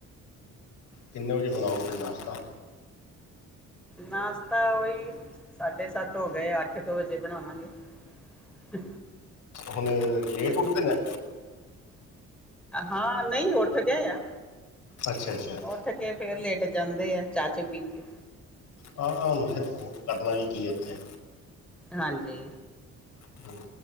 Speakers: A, on the left; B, in the centre.
A: ਕਿੰਨੇ ਵਜੇ ਬਣਾਓ ਤੁਸੀ ਨਾਸ਼ਤਾ?
B: ਨਾਸ਼ਤਾ ਉਹੀ ਸਾਢੇ ਸੱਤ ਹੋ ਗਏ ਅੱਠ ਕੁ ਵਜੇ ਬਣਾਵਾਂਗੇ। ਹ
A: ਹੁਣ ਲੇਟ ਉਠ ਤੇ ਨੈ,
B: ਹਾਂ ਨਹੀਂ ਉੱਠ ਗਏ ਆ
A: ਅੱਛਾ ਅੱਛਾ
B: ਉੱਠ ਕੇ ਫੇਰ ਲੇਟ, ਜਾਂਦੇ ਆ ਚਾ ਚੂ ਪੀ ਕੇ।
A: ਹਾਂ ਮੈਂ-ਹ ਕਰਨਾ ਵੀ ਕੀ ਇੱਥੇ।
B: ਹਾਂਜੀ।
A: ਹੂੰ।